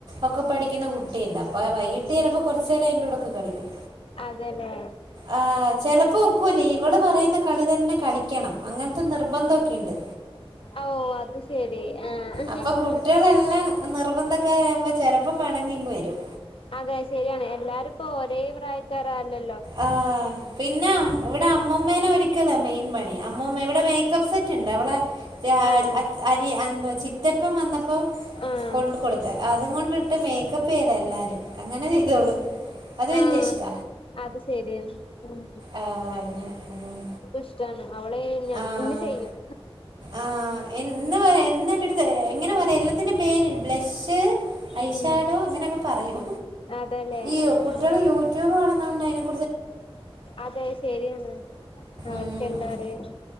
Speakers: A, on the right; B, on the left.
A: ഒക്കെ പഠിക്കുന്ന കുട്ടിയുണ്ട് അപ്പ വൈകിട്ട് ചിലപ്പോ കുറച്ച്നേരം അയിന്റെ കൂടെക്കെ കളിക്കും
B: അതല്ലെ
A: ആ ചെലപ്പോ ഒക്കൂല്ല ഇവള് പറയുന്ന കളി തന്നെ കളിക്കണം അങ്ങനത്തെ നിർബന്ധക്കെയുണ്ട്
B: ഓ അത് ശരി ആഹ്
A: അപ്പൊ കുട്ട്യാളെല്ലാം നിർബന്ധക്കാരകുമ്പോ ചെലപ്പോ പെണങ്ങിങ്ങ് വരും
B: അതെ ശരിയാണ് എല്ലാരുപ്പോ ഒരേ പ്രായക്കാരവൂല്ലല്ലോ
A: ആഹ് പിന്നെ ഇവിടെ അമ്മൂമ്മേനെ ഒരുക്കല മെയിൻ പണി അമ്മൂമ്മ ഇവിടെ മേക്കപ്പ് സെറ്റ്ണ്ട് അവളെ അ
B: ആഹ്
A: അ അരി അന്ത ചിറ്റപ്പം വന്നപ്പോ
B: ആഹ്
A: കൊണ്ട് കൊടുത്ത അതും കൊണ്ടിട്ട് മേക്കപ്പ് ചെയ്ത എല്ലാ രിംഅങ്ങനെ ചെയ്തോളു അത് വല്ല്യഇഷ്ട
B: ആഹ് അത് ശെരിയാണ് ഉം
A: ആഹ് ആങ്ങനെ ഉം
B: ഇഷ്ടാണ് അവള് ഞ
A: ആഹ്
B: ഇന്ന് ചെയ്യും
A: ആഹ്എന്ന്പറയാ എന്നും എന്റെ ട്ത്ത് എങ്ങനെ പറയാ എല്ലാത്തിന്റെ പേര് ബ്ലഷ്
B: ഉം
A: ഐശടോ അങ്ങനെക്കെ പറയൂ
B: അതല്ലേ
A: ഈ
B: ആഹ്
A: കുട്ട്യാള് യൂട്യൂബ് കാണുന്നോണ്ടായിന്
B: അതെ ശരിയാണ് അവർക്കെലാം
A: ഉം
B: അറിയാം